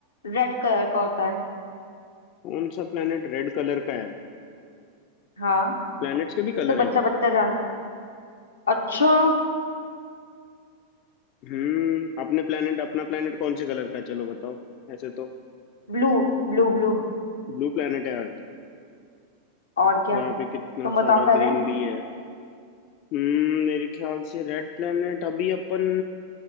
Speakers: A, on the left; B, on the left.
A: रेड कलर का होता है
B: कौन सा प्लेनेट रेड कलर का है
A: हाँ
B: प्लैनेट्स के भी कलर
A: ये तो बच्चा
B: हैं क्या
A: बच्चा जान अच्छा
B: हम्म अपने प्लेनेट अपना प्लेनेट कौन से कलर का है चलो बताओ ऐसे तो
A: ब्लू ब्लू ब्लू
B: ब्लू प्लेनेट है अर्थ
A: और क्या
B: यहाँ पे कितना
A: तुम बताओ
B: सारा
A: पहले
B: ग्रीन भी है हम्म मेरे ख्याल से रेड प्लेनेट अभी अपन